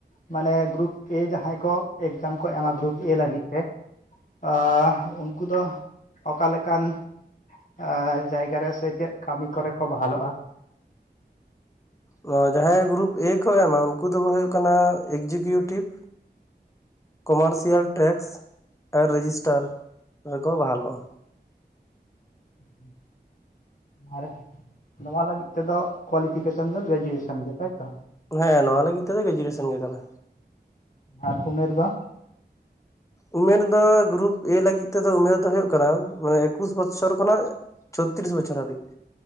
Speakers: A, on the left; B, on the left.
A: ᱢᱟᱱᱮ ᱜᱨᱩᱯ ᱮ ᱡᱟᱦᱟᱸᱭ ᱠᱚ ᱮᱠᱡᱟᱢ ᱠᱚ ᱮᱢᱟ ᱜᱨᱩᱯ ᱮ ᱞᱟᱹᱜᱤᱫ ᱛᱮ᱾ ᱟᱸᱻ ᱩᱱᱠᱩ ᱫᱚ᱾ ᱚᱠᱟ ᱞᱮᱠᱟᱱ ᱟᱸ ᱡᱟᱭᱜᱟ ᱨᱮ ᱥᱮ ᱪᱮᱫ ᱠᱟᱹᱢᱤ ᱠᱚᱨᱮ ᱠᱚ ᱵᱟᱦᱟᱞᱚᱜ-ᱟ?
B: ᱱᱚᱣᱟ ᱡᱟᱦᱟᱸᱭ ᱜᱨᱩᱯ ᱮ ᱠᱚ ᱮᱢᱟ ᱩᱱᱠᱩ ᱫᱚᱠᱚ ᱦᱩᱭᱩᱜ ᱠᱟᱱᱟ ᱮᱠᱡᱤᱠᱤᱭᱩᱴᱤᱵᱽ᱾ ᱠᱚᱢᱟᱨᱥᱤᱭᱟᱞ ᱴᱮᱠᱥ ᱟᱨ ᱨᱮᱡᱤᱥᱴᱟᱨ ᱨᱮᱠᱚ ᱵᱟᱦᱟᱞᱚᱜ-ᱟ᱾
A: ᱟᱪᱪᱷᱟ᱾ ᱟᱨ ᱱᱚᱣᱟ ᱞᱟᱹᱜᱤᱫ ᱛᱮᱫᱚ ᱠᱚᱣᱟᱞᱤᱯᱷᱤᱠᱮᱥᱚᱱ ᱫᱚ ᱜᱨᱮᱡᱩᱭᱮᱥᱚᱱ ᱜᱮ ᱛᱟᱭᱛᱚ?
B: ᱦᱮᱸ ᱱᱚᱣᱟ ᱞᱟᱹᱜᱤᱫ ᱛᱮᱫᱚ ᱜᱨᱮᱡᱩᱭᱮᱥᱚᱱ ᱜᱮ ᱠᱟᱱᱟ᱾
A: ᱟᱨ ᱩᱢᱮᱹᱨ ᱫᱚ?
B: ᱩᱢᱮᱹᱨ ᱫᱚ ᱜᱨᱩᱯ ᱮ ᱞᱟᱹᱜᱤᱫ ᱛᱮᱫᱚ ᱩᱢᱮᱹᱨ ᱫᱚ ᱦᱩᱭᱩᱜ ᱠᱟᱱᱟ ᱢᱟᱱᱮ ᱮᱠᱩᱥ ᱵᱚᱪᱷᱚᱨ ᱠᱷᱚᱱᱟᱜ ᱪᱷᱚᱛᱛᱨᱤᱥ ᱵᱚᱪᱷᱚᱨ ᱦᱟᱵᱤᱡ᱾